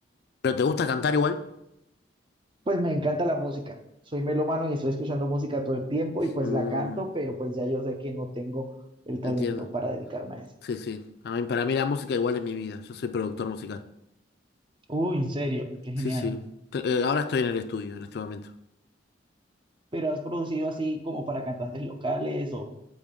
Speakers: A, on the left; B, on the right.
A: ¿Pero te gusta cantar igual?
B: Pues me encanta la música. Soy melómano y estoy escuchando música todo el tiempo y pues
A: Mm,
B: la canto, pero pues ya yo sé que no tengo el talento
A: entiendo.
B: para dedicarme a eso.
A: Sí, sí. A mí, para mí la música igual es mi vida. Yo soy productor musical.
B: Uy, en serio, qué genial.
A: Sí, sí. Te- eh, ahora estoy en el estudio en este momento.
B: Pero has producido así como para cantantes locales o